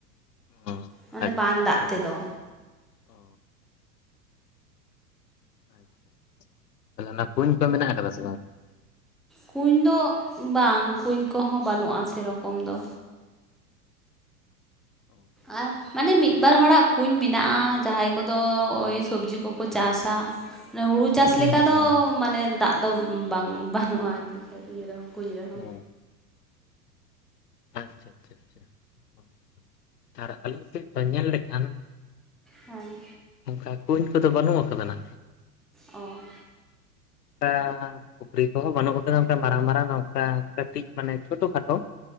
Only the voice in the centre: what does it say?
ᱢᱟᱱᱮ
ᱵᱟᱱ
ᱫᱟᱜ ᱛᱮᱫᱚ
ᱠᱩᱧ ᱫᱚ ᱵᱟᱝ ᱠᱩᱧ ᱠᱚᱦᱚᱸ ᱵᱟᱱᱩᱜᱼᱟ ᱥᱮ ᱨᱚᱠᱚᱢ ᱫᱚ
ᱟᱨ ᱢᱟᱱᱮ ᱢᱤᱫ ᱵᱟᱨ ᱦᱚᱲᱟᱜ ᱠᱩᱧ ᱢᱮᱱᱟᱜᱼᱟ᱾ ᱡᱟᱦᱟᱸᱭ ᱠᱚᱫᱚ ᱳᱭ ᱥᱚᱵᱽᱡᱤ ᱠᱚᱠᱚ ᱪᱟᱥᱟ ᱱᱮ ᱦᱩᱲᱩᱡᱽ ᱪᱟᱥ
ᱞᱮᱠᱟ ᱫᱚ
ᱢᱟᱱᱮ ᱫᱟᱜ ᱫᱚ ᱵᱟᱝ, ᱵᱟᱝ ᱵᱟᱹᱱᱩᱜᱼᱟ ᱟᱨᱠᱤ ᱤᱭᱟᱹ ᱨᱮᱦᱚ, ᱠᱩᱧ ᱨᱮᱦᱚ
ᱦᱮᱸ
ᱚᱸ